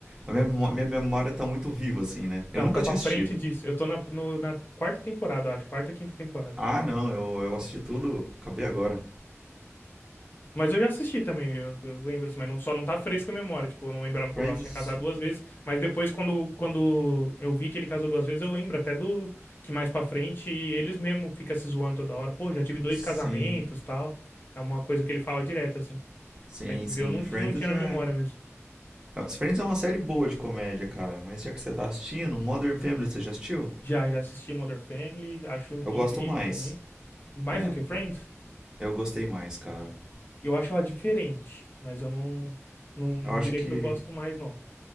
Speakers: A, on the right; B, on the left.
A: a minha, memó- minha memória tá muito viva, assim, né? Eu
B: Tá,
A: nunca
B: tá
A: tinha
B: pra frente
A: assistido.
B: disso. Eu tô na, no- na quarta temporada, eu acho. Quarta, quinta temporada.
A: Ah, não, eu, eu assisti tudo, acabei agora.
B: Mas eu já assisti também, eu, eu lembro assim, mas não, só não tá fresca a memória. Tipo, eu não lembrava que
A: Friends,
B: o Ross tinha casado duas vezes, mas depois, quando, quando eu vi que ele casou duas vezes, eu lembro até do que mais pra frente eles mesmo ficam se zoando toda hora. Pô, já tive dois
A: sim,
B: casamentos tal. É uma coisa que ele fala direto, assim.
A: sim,
B: É que
A: sim.
B: o meu não,
A: Friends
B: que não tinha na
A: é.
B: memória mesmo.
A: é- Friends é uma série boa de comédia, cara, mas já que você tá assistindo, Modern Family você já assistiu?
B: Já, já assisti Modern Family, acho
A: Eu
B: incrível
A: gosto mais.
B: também. Mais
A: É,
B: do que Friends,
A: eu, eu gostei mais, cara.
B: eu acho ela diferente, mas eu não, não, não
A: Eu acho
B: diria
A: que
B: que eu gosto mais, não.